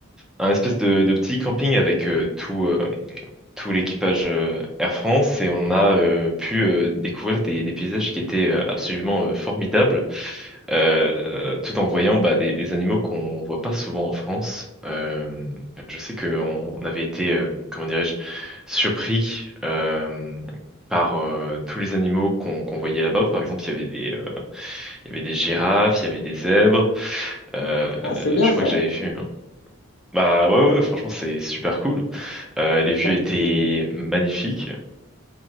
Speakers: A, in the centre; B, on the left.
A: Un espèce de, de petit camping avec euh, tout, euh, tout l'équipage euh, Air France et on a euh, pu euh, découvrir des, des paysages qui étaient euh, absolument euh, formidables euh, tout en voyant bah, des, des animaux qu'on voit pas souvent en France. Euh, je sais qu'on avait été, euh, comment dirais-je, surpris euh, par euh, tous les animaux qu'on qu'on voyait là-bas. Par exemple, il y avait des, euh, il y avait des girafes, il y avait des zèbres. Euh,
B: Ah, c'est bien
A: je
B: ça.
A: crois que j'avais vu. hein. Bah ouais, ouais, franchement, c'est super cool. Euh, les
B: C'est
A: vues
B: pas
A: étaient
B: des...
A: magnifiques